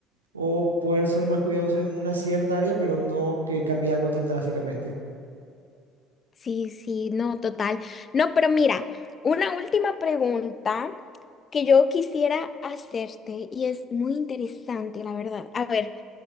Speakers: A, on the right; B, on the left.
A: o poder ser más cuidadoso en una cierta área, pero no que cambie algo tan drásticamente.
B: Sí, sí, no, total. No, pero mira, una última pregunta que yo quisiera hacerte y es muy interesante, la verdad. A ver,